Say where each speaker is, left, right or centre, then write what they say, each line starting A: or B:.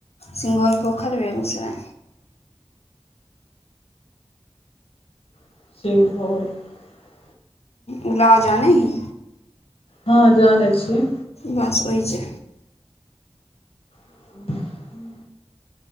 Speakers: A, on the left (about 80°); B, on the left (about 60°).
A: सिंघल पोखरि बेगूसराय।
B: <unintelligible>
A: उलाव जान ही।
B: हँ जानइ छी।
A: बस ओइ जे।
B: ह।